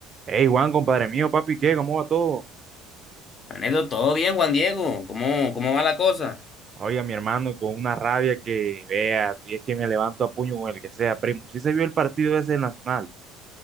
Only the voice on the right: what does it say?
Hey Juan, compadre mío, papi, ¿qué? ¿Cómo va todo?
Oiga, mi hermano, con una rabia que vea, y es que me levanto a puño con el que sea, primo. Sí se vio el partido ese del Nacional.